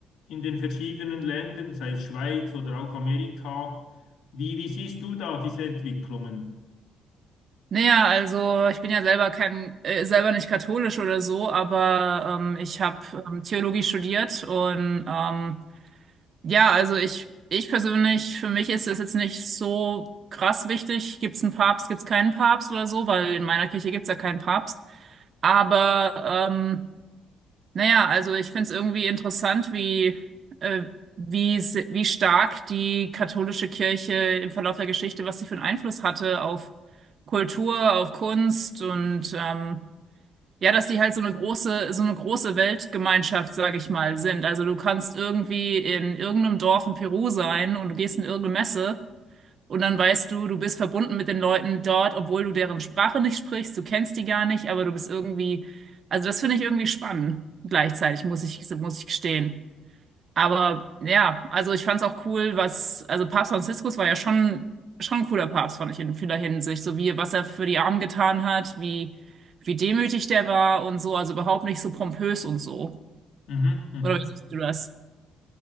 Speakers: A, on the left; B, on the right.
A: in den verschiedenen Ländern, sei es Schweiz oder auch Amerika. Wie, wie siehst du da diese Entwicklungen?
B: Naja, also ich bin ja selber kein, äh, selber nicht katholisch oder so, aber ähm, ich habe ähm, Theologie studiert und ähm, ja, also ich, ich persönlich, für mich ist es jetzt nicht so krass wichtig, gibt's einen Papst, gibt's keinen Papst oder so, weil in meiner Kirche gibt's ja keinen Papst. Aber ähm, Naja, also ich finde es irgendwie interessant, wie, äh, wie, se- wie stark die katholische Kirche im Verlauf der Geschichte, was sie für einen Einfluss hatte auf Kultur, auf Kunst und ähm, ja, dass die halt so eine große, so eine große Weltgemeinschaft, sage ich mal, sind. Also du kannst irgendwie in irgendeinem Dorf in Peru sein und du gehst in irgendeine Messe. Und dann weißt du, du bist verbunden mit den Leuten dort, obwohl du deren Sprache nicht sprichst, du kennst die gar nicht, aber du bist irgendwie, also das finde ich irgendwie spannend, gleichzeitig, muss ich, muss ich gestehen. Aber ja, also ich fand es auch cool, was, also Papst Franziskus war ja schon, schon ein cooler Papst, fand ich in vieler Hinsicht, so wie, was er für die Armen getan hat, wie, wie demütig der war und so, also überhaupt nicht so pompös und so.
A: Mhm, mhm.
B: Oder wie siehst du das?